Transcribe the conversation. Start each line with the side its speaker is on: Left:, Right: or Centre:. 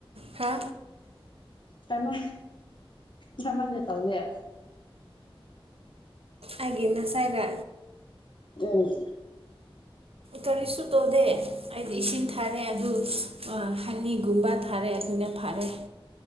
Right: ꯍꯥ
Left: ꯇꯃ ꯊꯃꯦ ꯇꯧꯦ
Right: ꯑꯩꯒꯤ ꯅꯁꯥꯏꯔꯥ
Left: ꯎꯝ
Right: ꯀꯔꯤꯁꯨ ꯇꯧꯗꯦ ꯑꯩꯗꯤ ꯏꯁꯤꯡ ꯊꯥꯔꯦ ꯑꯗꯨ ꯍꯅꯤꯒꯨꯝꯕ ꯊꯥꯔꯦ ꯑꯗꯨꯅ ꯐꯥꯔꯦ